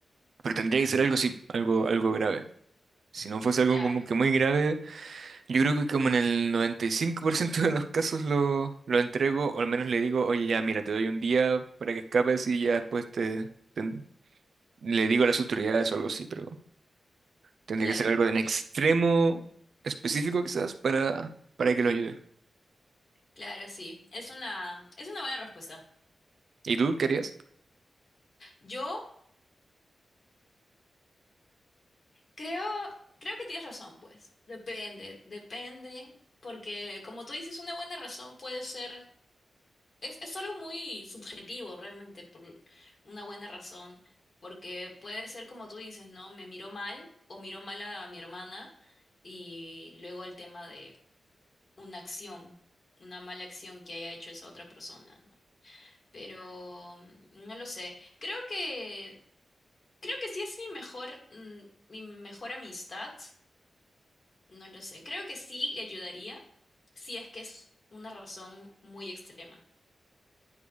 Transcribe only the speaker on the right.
pero tendría que ser algo así, algo, algo grave. Si no fuese algo
como que muy grave, yo creo que como en el 95% de los casos lo, lo entrego, o al menos le digo, oye, ya, mira, te doy un día para que escapes y ya después te, te- le digo a las
autoridades o algo así, pero tendría
que ser algo de un extremo específico quizás para, para que lo ayude.
¿Y tú qué harías?